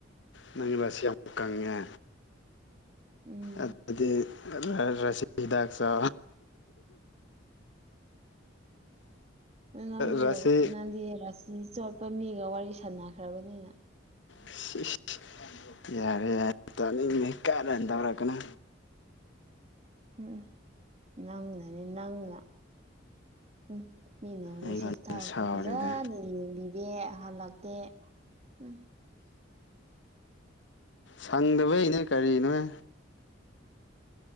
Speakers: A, on the left; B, on the right.
A: ꯅꯪꯗꯤ ꯔꯥꯁꯤ ꯌꯥꯝ ꯀꯪꯉꯦ꯫
B: ꯎꯝ
A: ꯑꯗꯤ ꯔꯁꯤꯗꯥꯥꯛꯆ
B: ꯅꯪꯕꯨ
A: ꯔꯁꯤ
B: ꯅꯪꯒꯤ ꯔꯥꯁꯤ ꯆꯠꯄ ꯃꯤꯒ ꯋꯥꯔꯤ ꯁꯥꯟꯅꯈ꯭ꯔꯕꯅꯤꯅ
A: ꯁꯤꯁ ꯌꯥꯔꯦ ꯌꯥꯔ ꯇꯥꯅꯤꯡꯗꯦ ꯀꯥꯔꯟ ꯇꯧꯔꯛꯀꯅꯣ
B: ꯎꯝ ꯅꯪꯅꯅꯤ ꯅꯪꯅ ꯍꯨꯝ ꯃꯤꯅ
A: ꯑꯩꯉꯣꯟꯗ
B: ꯃꯦꯁꯦꯁ ꯊꯥꯔꯛꯄ
A: ꯁꯥꯎꯔꯤꯗꯣ
B: ꯐꯖꯅ ꯌꯦꯡꯗꯦ ꯍꯜꯂꯛꯇꯦ ꯎ
A: ꯁꯪꯗꯕꯩꯩꯅ ꯀꯔꯤꯅꯣꯍꯦ